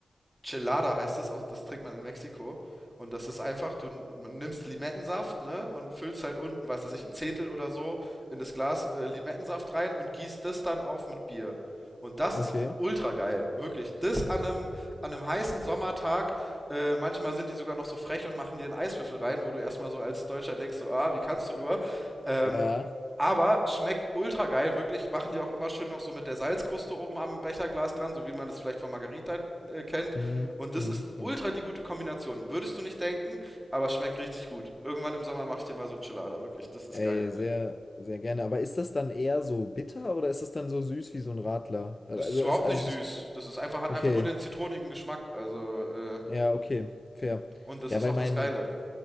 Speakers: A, in the centre; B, on the left (about 35°).
A: Chelada heißt es, aus- das trinkt man in Mexiko. Und das ist einfach, du n- nimmst Limettensaft, ne, und füllst halt unten, weiß das ich, ein Zehntel oder so in das Glas äh, Limettensaft rein und gießt das dann auf mit Bier. Und das
B: Okay.
A: ist ultra geil, wirklich. Das an einem, an einem heißen Sommertag, äh, manchmal sind die sogar noch so frech und machen dir einen Eiswürfel rein, wo du erstmal so als Deutscher denkst, so, ah, wie kannst du nur? Ähm,
B: Ja.
A: aber schmeckt ultra geil, wirklich. Machen die auch immer schön noch so mit der Salzkruste oben am Becherglas dran, so wie man das vielleicht von Margarita äh, kennt.
B: Hm,
A: Und das
B: hm,
A: ist
B: kann
A: ultra
B: ich.
A: die gute Kombination. Würdest du nicht denken, aber schmeckt richtig gut. Irgendwann im Sommer mach ich dir mal so ein Chilada, wirklich, das ist
B: Ey,
A: geil.
B: sehr, sehr gerne. Aber ist das dann eher so bitter oder ist das dann so süß wie so ein Radler? Also,
A: Das ist überhaupt
B: es, also
A: nicht süß.
B: es ist,
A: Das ist einfach, hat
B: okay.
A: einfach nur den zitronigen Geschmack. Also, äh,
B: Ja, okay, fair.
A: und, und das
B: Ja,
A: ist
B: weil
A: auch
B: mein,
A: das Geile.